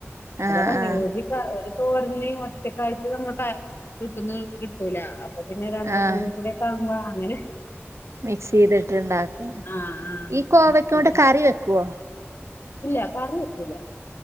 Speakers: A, on the right (about 70°); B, on the left (about 50°).
A: ആഹ്
B: അതാ പറഞ്ഞെ
A: ആഹ്
B: ഒരു കാ ഒരു അപ്പൊ പറഞ്ഞ് ഒറ്റക്കായിട്ട് നമ്മൾ കരണ്ട് വീട്ടന്ന് കിട്ടൂല്ല അപ്പോ പിന്നെ രണ്ട്
A: ആഹ്
B: മൂന്നും കൂടിയെക്കെ ആകുമ്പോ അങ്ങനെ
A: മിക്സ് ചെയ്തിട്ടുണ്ടാക്കും
B: ആഹ് ആഹ്
A: ഈ കോവയ്ക്കോണ്ട്
B: <unintelligible>
A: കറി വെക്കുവോ
B: ഇല്ല കറിവയ്ക്കൂല്ല